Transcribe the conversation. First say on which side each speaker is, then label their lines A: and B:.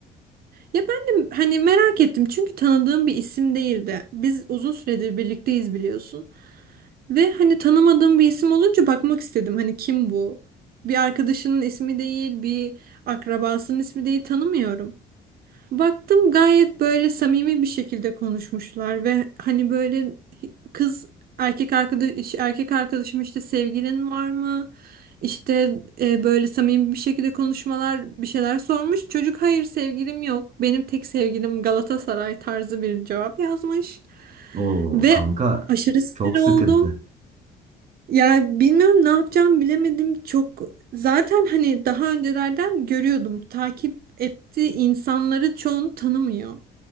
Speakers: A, on the right; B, on the right.
A: Ya ben de hani merak ettim çünkü tanıdığım bir isim değildi. Biz uzun süredir birlikteyiz biliyorsun. Ve hani tanımadığım bir isim olunca bakmak istedim. Hani kim bu? Bir arkadaşının ismi değil, bir akrabasının ismi değil tanımıyorum. Baktım gayet böyle samimi bir şekilde konuşmuşlar ve hani böyle kız erkek arkadaş erkek arkadaşım işte sevgilin var mı? İşte e, böyle samimi bir şekilde konuşmalar bir şeyler sormuş. Çocuk hayır sevgilim yok. Benim tek sevgilim Galatasaray tarzı bir cevap yazmış
B: Oo
A: ve
B: kanka
A: aşırı sinir
B: çok sıkıntı.
A: oldum. Ya bilmiyorum ne yapacağım bilemedim çok. Zaten hani daha öncelerden görüyordum takip ettiği insanları çoğunu tanımıyor.